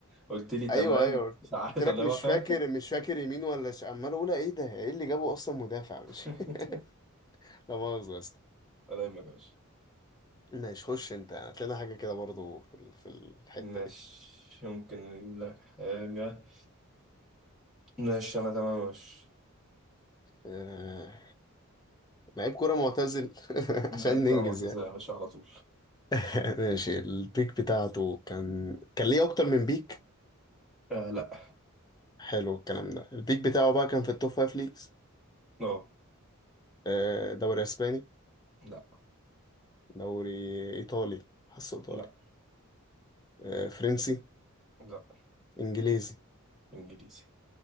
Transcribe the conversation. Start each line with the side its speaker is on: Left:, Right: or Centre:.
Centre: قلت لي تمام
Left: ايوه ايوه
Centre: مش عارف
Left: قلت لك
Centre: اللي
Left: مش
Centre: هو فاهم
Left: فاكر مش فاكر يمين ولا ش... عمال اقول ايه ده ايه اللي جابه اصلا مدافع مش
Centre: <laughs>
Left: <laughs> لا مؤاخذة يا اسطى
Centre: ولا يهمك يا باشا
Left: ماشي خش انت هتلاقينا حاجه كده برضو في ال- في الحته
Centre: ماشي
Left: دي
Centre: ممكن نجيب لك حاجه ماشي انا تمام يا باشا
Left: آه... لعيب كوره معتزل <laughs>
Centre: لعيب
Left: عشان
Centre: كره
Left: ننجز
Centre: معتزله
Left: يعني
Centre: يا باشا على طول
Left: <laughs> ماشي البيك بتاعته كان كان ليه اكتر من بيك
Centre: آه لا
Left: حلو الكلام ده البيك بتاعه بقى كان في التوب فايف ليجز
Centre: اه
Left: آه، دوري اسباني
Centre: لا
Left: دوري ايطالي حاسه ايطالي
Centre: لا
Left: آه، فرنسي
Centre: لا
Left: انجليزي
Centre: انجليزي